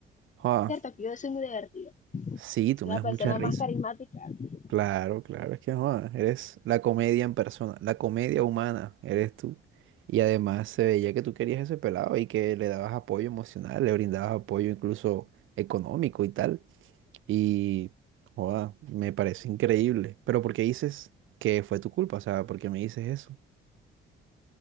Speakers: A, on the right (about 80°); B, on the left (about 40°).
A: ah
B: Cierto que yo soy muy divertida.
A: sí, tú
B: Soy
A: me
B: la
A: das
B: persona
A: mucha risa.
B: más carismática. O
A: Claro, claro, es que no, eres la comedia en persona, la comedia humana, eres tú. Y además se veía que tú querías ese pelado y que le dabas apoyo emocional, le brindabas apoyo incluso económico y tal. Y, joda, me parece increíble. Pero ¿por qué dices que fue tu culpa? O sea, ¿por qué me dices eso?